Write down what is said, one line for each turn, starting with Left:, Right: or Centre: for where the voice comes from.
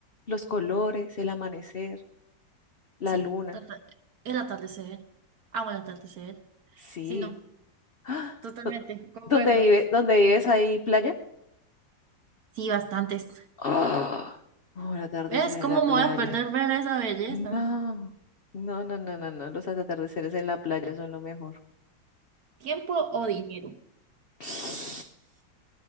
Left: los colores, el amanecer, la
Right: Sí,
Left: luna.
Right: total- el atardecer. Amo el atardecer.
Left: Sí.
Right: Sí, no,
Left: ¡Ah!
Right: totalmente,
Left: ¿Dó-
Right: concuerdo.
Left: ¿Dónde vive, dónde vives ahí, playa?
Right: Sí, bastantes.
Left: ¡Ah! Oh, atardecer
Right: ¿Ves
Left: en
Right: cómo
Left: la playa.
Right: me voy a perder ver esa belleza?
Left: No, no, no, no, no, no. Los atardeceres en la playa son lo mejor.
Right: ¿Tiempo o dinero?
Left: <sniffs>